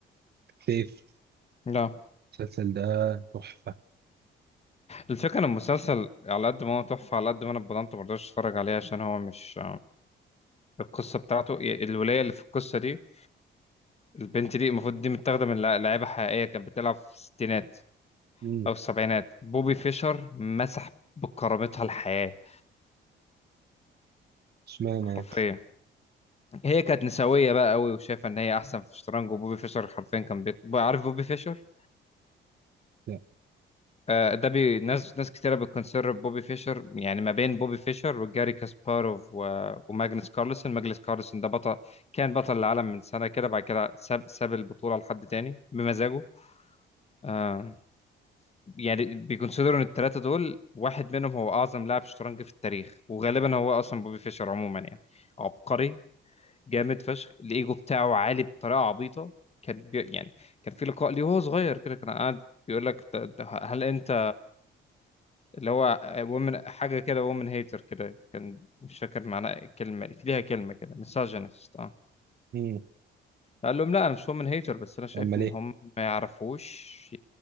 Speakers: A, on the right (about 55°); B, on the left (about 30°).
A: سيف
B: لا
A: المسلسل ده تحفة
B: الفكرة ان المسلسل على قد ما هو تحفة على قد ما انا اتبضنت مرضاش اتفرج عليه عشان هو مش القصة بتاعته ي- الولاية اللي في القصة دي البنت دي المفروض دي متاخدة من لع- لعيبة حقيقية كانت بتلعب في الستينات
A: مم،
B: او السبعينات بوبي فيشر مسح بكرامتها الحياة
A: اشمعنى
B: حرفيا
A: يعني؟
B: هي كانت نسوية بقى قوي وشايفة ان هي احسن في الشطرنج وبوبي فيشر حرفيا كان بيت... عارف بوبي فيشر
A: لا
B: آه، ده بي ناس ناس كتيرة بتكونسيدر بوبي فيشر يعني ما بين بوبي فيشر وجاري كاسباروف و... وماجنس كارلسن ماجنس كارلسن ده بطل كان بطل العالم من سنة كده بعد كده ساب ساب البطولة لحد تاني بمزاجه آه، يعني بيكونسيدروا ان الثلاثة دول واحد منهم هو أعظم لاعب شطرنج في التاريخ وغالبا هو أصلا بوبي فيشر عموما يعني عبقري جامد فشخ الإيجو بتاعه عالي بطريقة عبيطة كان بي... يعني كان في لقاء ليه وهو صغير كده كان قاعد بيقول لك ده- ده هل انت اللي هو وومن حاجة كده وومن هيتر كده كان مش فاكر معناها الكلمة في ليها كلمة كده misogynist اه
A: مم،
B: قال لهم لا أنا مش وومن هيتر بس أنا شايف
A: امال
B: إن
A: ايه
B: هم ما يعرفوش